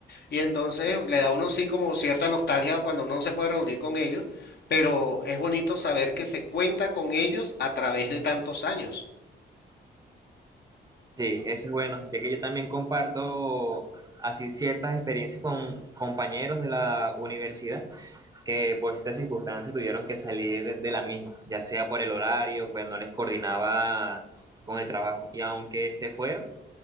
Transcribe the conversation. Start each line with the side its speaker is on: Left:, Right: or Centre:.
Left: Y entonces le da a uno sí como cierta nostalgia cuando uno se puede reunir con ellos, pero es bonito saber que se cuenta con ellos a través de tantos años.
Right: sí, eso es bueno, ya que yo también comparto así ciertas experiencias con compañeros de la universidad que por ciertas circunstancias tuvieron que salir de la misma, ya sea por el horario, pues no les coordinaba con el trabajo. Y aunque se fueron,